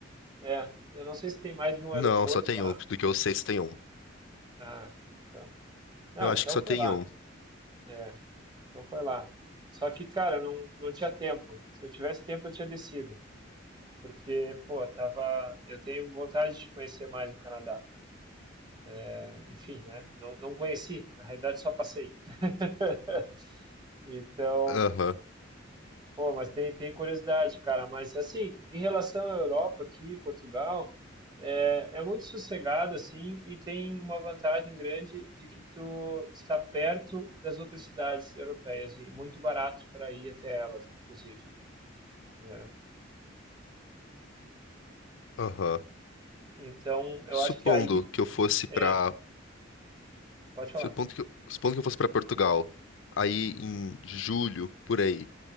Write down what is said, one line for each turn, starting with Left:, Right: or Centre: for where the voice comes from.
Right: é. Eu não sei se tem mais de um
Left: Não,
Right: aeroporto
Left: só tem
Right: lá.
Left: um. Do que eu sei, só tem um.
Right: Ah, então. Não,
Left: Eu acho
Right: então
Left: que só
Right: foi
Left: tem
Right: lá.
Left: um.
Right: É, então foi lá. Só que, cara, não, não tinha tempo. Se eu tivesse tempo, eu tinha descido. Porque, pô, tava. Eu tenho vontade de conhecer mais o Canadá. É, enfim, né? Não, não conheci. Na realidade, só passei. <laughs> Então,
Left: Aham,
Right: Pô, mas tem, tem curiosidade, cara. Mas assim, em relação à Europa aqui, Portugal, é, é muito sossegado assim e tem uma vantagem grande de que tu está perto das outras cidades europeias e muito barato para ir até elas, inclusive, né?
Left: aham.
Right: Então, eu
Left: Supondo
Right: acho que aí
Left: que eu fosse pra.
Right: é, pode falar.
Left: Supondo que eu... Supondo que eu fosse pra Portugal, aí
Right: Uhum,
Left: em julho, por aí, o